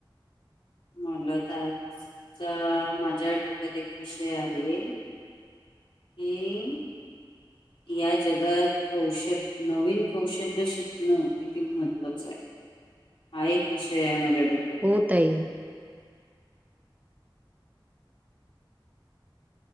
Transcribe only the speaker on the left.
मलात आजचा माझ्या डोक्यात एक विषय आहे. की
या जगात कौश नवीन कौशल्य शिकणं किती महत्त्वाचं आहे. हा एक विषय आहे माझ्या डो